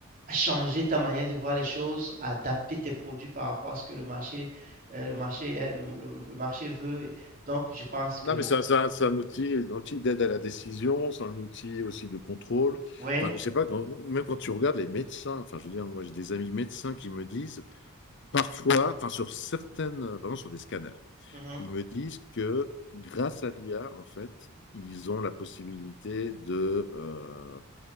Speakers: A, on the right; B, on the left.
A: changer ta manière de voir les choses, adapter tes produits par rapport à ce que le marché, euh, le marché, euh, le, le- le marché veut. Et donc, je pense que
B: Non, mais c'est un, c'est un- outil, un outil d'aide à la décision, c'est un outil aussi de contrôle.
A: oui.
B: Enfin, je sais pas, quand- même quand tu regardes les médecins, enfin, je veux dire, moi, j'ai des amis médecins qui me disent, parfois, enfin, sur certaines, par exemple, sur des scanners,
A: mhm,
B: ils me disent que grâce à l'IA, en fait, ils ont la possibilité de, euh,